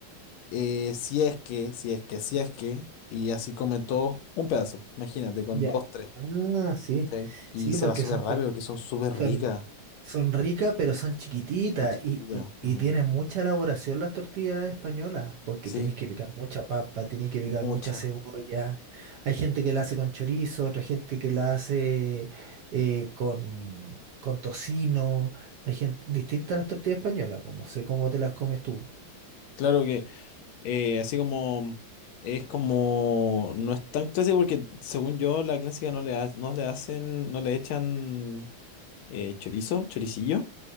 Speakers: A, on the left; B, on the right.
A: eh, si es que, si es que, si es que, y así comen todos un pedazo, imagínate, con
B: Ya.
A: dos, tres,
B: Ah, sí.
A: ¿sí? Y
B: Sí,
A: se
B: porque
A: va súper
B: son,
A: rápido
B: pe-
A: porque son súper ricas,
B: son- Son ricas, pero son chiquititas
A: son chiquititas,
B: y, y, y
A: mm,
B: tienen mucha elaboración las tortillas españolas, porque
A: sí,
B: tenéis que picar mucha papa, tenéis que picar
A: muchas.
B: mucha cebolla. Hay gente que la hace con chorizo, otra gente que la hace eh, con, con tocino. Hay gente distinta a las tortillas españolas, pues no sé cómo te las comes tú.
A: Claro que eh, así como es como, no es tan clásico porque según yo la clásica no le, ha- no le hacen, no le echan eh, chorizo, choricillo.